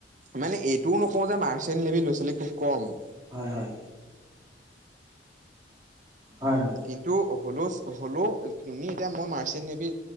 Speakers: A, on the right; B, on the right.
A: মানে এইটোও নকওঁ যে মাৰ্চেণ্ট লেভি লো-ছোৱালী খুব কম
B: হয় হয়। হয় হয়।
A: কিন্তু হ'লেজ হ'লেও তুমি এতিয়া মই মাৰ্চেণ নেভি